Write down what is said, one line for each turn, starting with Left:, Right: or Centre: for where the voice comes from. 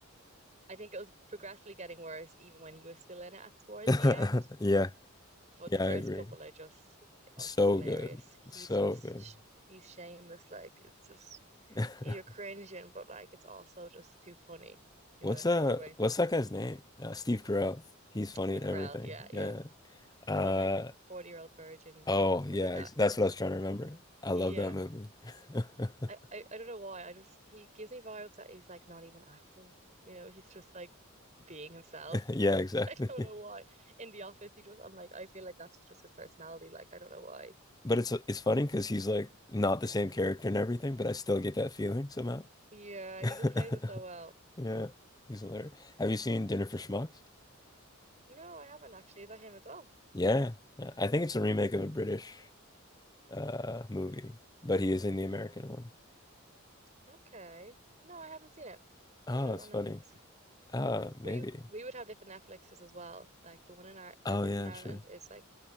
Right: I think it was progressively getting worse even when he was still in it towards
Left: <laughs>
Right: the end.
Left: Yeah,
Right: But
Left: yeah,
Right: the first
Left: I agree.
Right: couple are just, oh,
Left: So
Right: it's just hilarious.
Left: good,
Right: He's
Left: so
Right: just,
Left: good.
Right: he's shameless. Like, it's just,
Left: <laughs>
Right: you're cringing, but like, it's also just too funny, you
Left: What's
Right: know, that
Left: uh,
Right: sort of way.
Left: what's that guy's name? Uh, Steve Carell. He's funny
Right: Steve
Left: at
Right: Carell,
Left: everything.
Right: yeah,
Left: Yeah.
Right: yeah. He's
Left: Uh,
Right: in like 40 Year Old Virgin
Left: oh
Right: and stuff
Left: yeah,
Right: like that.
Left: ex- that's what I was trying to remember. I
Right: Yeah.
Left: love that movie. <laughs>
Right: I, I, I don't know why. I just, he gives me vibes that he's like not even acting, you know, he's just like being himself.
Left: Yeah, exactly.
Right: <laughs> I don't
Left: <laughs>
Right: know why. In the office, he just, I'm like, I feel like that's just his personality. Like, I don't know why.
Left: But it's it's funny because he's like not the same character and everything, but I still get that feeling somehow.
Right: Yeah,
Left: <laughs>
Right: he just plays it so well.
Left: Yeah, he's hilarious. Have you seen Dinner for Schmucks?
Right: No, I haven't actually. Is that him as well?
Left: Yeah, yeah. I think it's a remake of a British uh movie, but he is in the American one.
Right: Okay. No, I haven't seen it.
Left: Oh,
Right: No, wonder it's
Left: it's
Right: on
Left: funny.
Right: Netflix.
Left: Ah, maybe.
Right: We we would have different Netflixes as well. Like the one in our
Left: Oh
Right: Netflix
Left: yeah,
Right: in Ireland
Left: true.
Right: is like